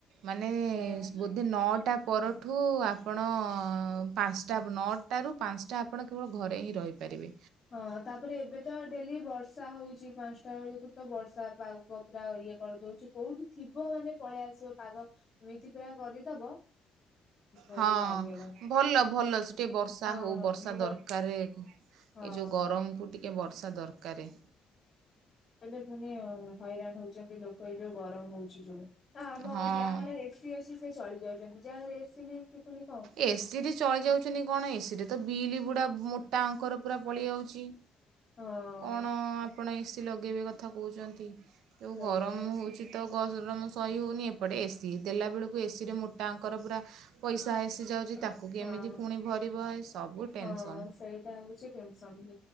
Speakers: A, on the right; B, on the left.
A: ମାନେ
B: ହଁ
A: ବୋଧେ ନଅଟା ପର ଠୁ ଆପଣ ପାଞ୍ଚଟା ନଅଟାରୁ ପାଞ୍ଚଟା ଆପଣ କେବଳ ଘରେ ହିଁ ରହି ପାରିବେ।
B: ହଁ ତାପରେ ଏବେ ତ ଡ଼େଲି ବର୍ଷ୍ ତା ହଉଛି ପାଞ୍ଚଟା ବେଳକୁ ତ ବର୍ଷା ପାଉ ପୁରା ଇଏ କରିଦଉଛି କୋଉଠି ଥିବ ମାନେ ପଳେଇ ଆସିବ ପାଗ ଏମିତି ପୁରା କରିଦବ ଘରୁ
A: ହଁ
B: ବାହାରି ହବନି
A: ଭଲ ଭଲ ସେ ଟେ ବର୍ଷା
B: ହଁ
A: ହଉ ବର୍ଷା
B: ସେ
A: ଦରକାରେ। ଏ
B: ହଁ
A: ଯୋଉ ଗରମକୁ ଟିକେ ବର୍ଷା ଦରକାରେ।
B: ହେଲେ ପୁଣି ହଇରାଣ ହଉଛନ୍ତି ଲୋକ ଏ ଯୋଉ ଗରମ ହଉଛି ଯୋଉ ଆମ
A: ହଁ
B: ଯାଆ ଘରେ ଏସ୍ ସି ଅସି ସିଏ ଚଳି ଯାଉଛନ୍ତି ଯାହାରେ ଏସି ନାଇଁ ସିଏ ଫୁଣି
A: ଏସିିରେ ଚଳିଯାଉଚନ୍ତି କଣ ଏସିରେ ତ ବିଲ୍ ବୁଡ଼ା ମୋଟା ଅଙ୍କର ପୁରା ପଳିଆଉଚି।
B: ହଁ
A: କଣ ଆପଣ ଏସିି ଲଗେଇବେ କଥା କହୁଛନ୍ତି ଯୋଉ
B: ସେଇଆ
A: ଗରମ
B: ଏସୁ
A: ହୋଉଚି। ତ ଗଜରମ ସହି ହଉନି ଏପଟେ ଏସି ଦେଲା ବେଳକୁ ଏସିରେ ମୋଟା ଅଙ୍କର ପୁରା ପଇସା ହେସିଯାଉଛି
B: ଅ
A: ତାକୁ କେମିତି
B: ହଁ
A: ଫୁଣି ଭରିବ ହେ ସବୁ ଟେନସନ୍
B: ହଁ ସେଇଟା ହଉଛି ଟେନସନ୍